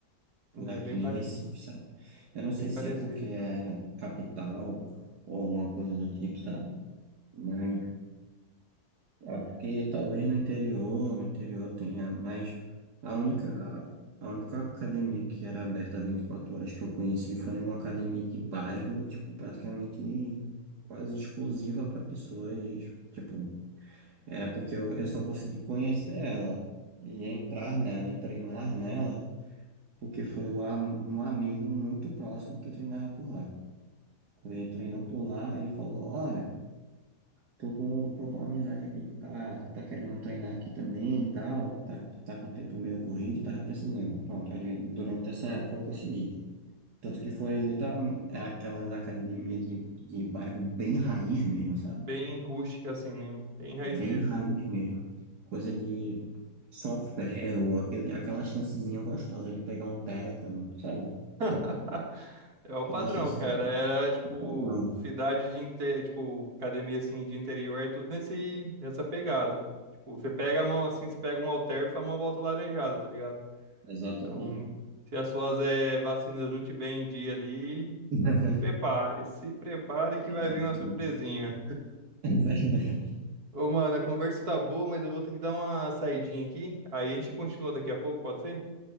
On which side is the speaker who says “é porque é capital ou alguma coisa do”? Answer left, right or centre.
Right